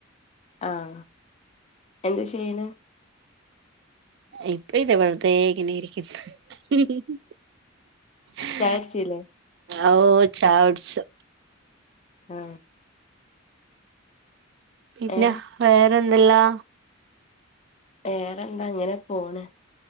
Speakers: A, on the left; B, on the right.
A: ആഹ എന്ത് ചെയ്യണ്.
B: ഇപ്പ ഇത വെറുതെ ഇങ്ങനെ ഇരിക്കുന്ന്. ഹിഹി ഹി ഹേ
A: ചായടിച്ചില്ലേ
B: ആ ഓ ചായകുടിച്ചു
A: ആ
B: ഇല്ല
A: ഏ
B: വേറെന്തെല്ലാ.
A: വേറെന്താ അങ്ങനെപോണ്.